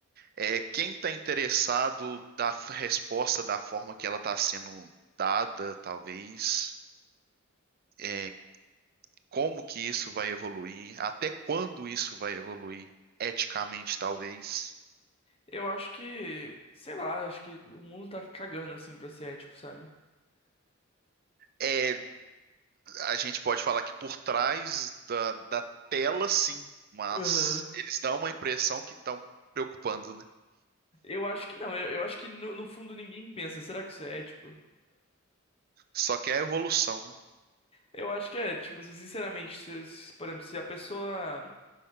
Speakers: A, on the right (about 50°); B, on the left (about 30°).
A: É, quem está interessado da f- resposta da forma que ela está sendo dada, talvez. É, como que isso vai evoluir? Até quando isso vai evoluir? Eticamente, talvez.
B: Eu acho que, sei lá, acho que o mundo tá cagando assim pra ser ético, sabe?
A: É, a gente pode falar que por trás da, da tela, sim, mas
B: Uhum.
A: eles dão uma impressão que estão preocupando, né?
B: Eu acho que não, eu, eu acho que no, no fundo ninguém pensa, será que isso é ético?
A: Só que é a evolução, né?
B: Eu acho que é, tipo assim, sinceramente, se, se, por exemplo, se a pessoa.